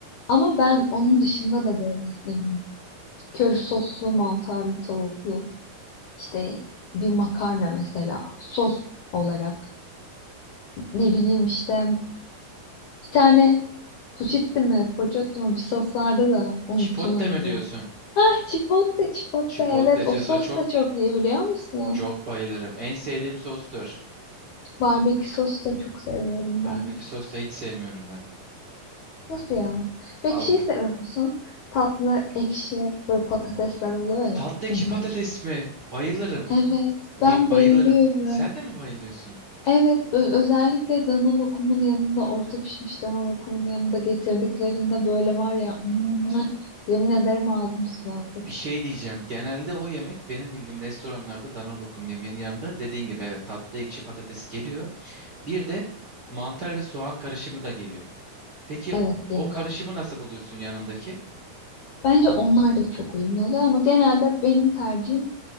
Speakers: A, on the left; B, on the right.
A: Ama ben onun dışında da böyle ne bileyim köri soslu mantarlı tavuklu işte bir makarna mesela sos olarak ne bileyim işte bir tane puçitti mi poçottu mu bir sos vardı da unuttum
B: Chipotle
A: onu.
B: mi diyorsun?
A: Ah chipotle chipotle
B: Chipotle
A: evet
B: sosa
A: o sos
B: çok
A: da çok iyi biliyor musun?
B: çok bayılırım. En sevdiğim sostur.
A: Barbekü sos da çok seviyorum
B: Barbekü
A: ben.
B: sos da hiç sevmiyorum ben.
A: Nasıl ya? Peki
B: Valla.
A: şey seviyor musun? Tatlı, ekşi, böyle patatesler oluyor ya
B: Tatlı ekşi
A: onlar.
B: patates mi? Bayılırım.
A: Evet,
B: Ye-
A: ben
B: bayılırım.
A: bayılıyorum.
B: Sen de mi bayılıyorsun?
A: Evet, ö- özellikle dana lokumun yanında, orta pişmiş dana lokumun yanında getirdiklerinde böyle var ya, <laughs> mwah, yemin ederim ağzım sulandı.
B: Bir şey diyeceğim. Genelde o yemek benim bildiğim restoranlarda dana lokum yemeğinin yanında dediğin gibi evet tatlı ekşi patates geliyor. Bir de mantar ve soğan karışımı da geliyor. Peki
A: Evet, geliyor.
B: o karışımı nasıl buluyorsun yanındaki?
A: Bence onlar da çok uyumlu oluyor ama genelde benim tercihim